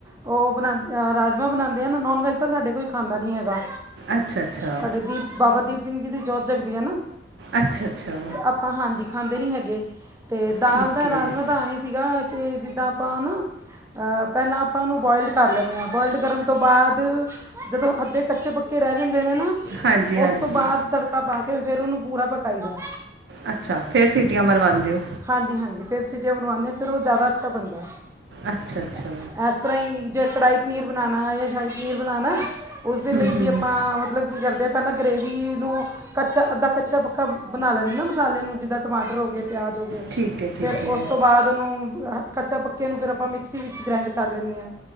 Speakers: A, on the right; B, on the right.
A: ਉਹ ਬਣਾ ਰਾਜਮਾਂ ਬਣਾਉਂਦੇ ਆ ਨਾ ਨੋਨ ਵੈੱਜ ਤਾਂ ਸਾਡੇ ਕੋਈ ਖਾਂਦਾ ਨਹੀਂ ਹੈਗਾ
B: ਅੱਛਾ ਅੱਛਾ
A: ਸਾਡੇ ਦੀਪ ਬਾਬਾ ਦੀਪ ਸਿੰਘ ਜੀ ਦੀ ਜੋਤ ਜਗਦੀ ਆ ਨਾ
B: ਅੱਛਾ ਅੱਛਾ
A: ਅਪ। ਹਾਂਜੀ ਖਾਂਦੇ ਨੀ ਹੈਗੇ। ਤੇ ਦਾਲ
B: ਠੀਕ
A: ਦਾ
B: ਹੈ
A: ਰਾਜਮਾਂ ਤਾਂ ਐਏਂ ਹੀ ਸੀਗਾ ਕਿ ਜਿੱਦਾਂ ਆਪਾਂ ਨਾ। ਅ, ਪਹਿਲਾਂ ਆਪਾਂ ਉਹਨੂੰ ਬੋਆਇਲਡ ਕਰ ਲੈਂਦੇ ਹਾਂ ਬੋਇਲ ਕਰਨ ਤੋਂ ਬਾਅਦ। ਜਦੋਂ ਅੱਧੇ ਕੱਚੇ ਪੱਕੇ ਰਹਿ ਜਾਂਦੇ ਨੇ ਨਾ।
B: ਹਾਂਜੀ ਹਾਂਜੀ
A: ਉਸ ਤੋਂ ਬਾਅਦ ਤੜਕਾ ਪਾ ਕੇ ਫੇਰ ਉਹਨੂੰ ਪੂਰਾ ਪਕਾਈ ਦਾ।
B: ਅੱਛਾ ਫਿਰ ਸੀਟੀਆਂ ਮਰਵਾਂਉਂਦੇ ਹੋ।
A: ਹਾਂਜੀ, ਹਾਂਜੀ ਫੇਰ ਸੀਟੀਆਂ ਮਰਵਾਉਂਦੇ ਹਾਂ ਫੇਰ ਉਹ ਜ਼ਿਆਦਾ ਅੱਛਾ ਬਣਦਾ।
B: ਅੱਛਾ। ਅੱਛਾ।
A: ਹੈ। ਇਸ ਤਰ੍ਹਾਂ ਹੀ ਜੇ ਕੜਾਹੀ ਪਨੀਰ ਬਣਾਉਣਾ ਯਾਂ ਸ਼ਾਹੀ ਪਨੀਰ ਬਣਾਉਣਾ ਉਸਦੇ ਲਈ
B: ਹੂੰ
A: ਵੀ ਆਪਾਂ ਮਤਲਬ। ਕਰਦੇ ਪਹਿਲਾਂ ਗ੍ਰਰੇਵੀ ਨੂੰ ਕੱਚਾ ਅੱਧਾ ਕੱਚਾ ਕਬ ਬਣਾ ਲੈਂਦੇ ਨਾ ਮਸਾਲੇ ਨੂੰ ਜਿੱਦਾਂ ਟਮਾਟਰ ਹੋ ਗਏ ਪਿਆਜ ਹੋ ਗਏ
B: ਠੀਕ ਹੈ ਠੀਕ
A: ਫੇਰ
B: ਹੈ
A: ਉਸ ਤੋਂ ਬਾਅਦ। ਬਾਦ ਨੂੰ ਕੱਚਾ ਪੱਕੇ ਨੂੰ ਫਿਰ ਆਪਾਂ ਮਿਕਸੀ ਵਿੱਚ ਗ੍ਰੈਂਡ ਕਰ ਲੈਂਨੇ ਹਾਂ।